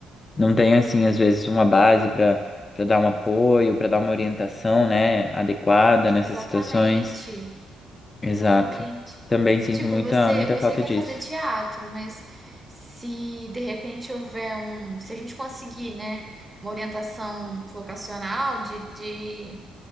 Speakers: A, on the left; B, on the right.
A: Não tem assim às vezes uma base para para dar um apoio, para dar uma orientação, né, adequada
B: Exatamente.
A: nessas situações. Exato.
B: Exatamente.
A: Também sinto
B: Tipo,
A: muita
B: você,
A: muita
B: você
A: falta
B: quer
A: disso.
B: fazer teatro, mas se de repente houver um, se a gente conseguir, né, uma orientação vocacional de, de,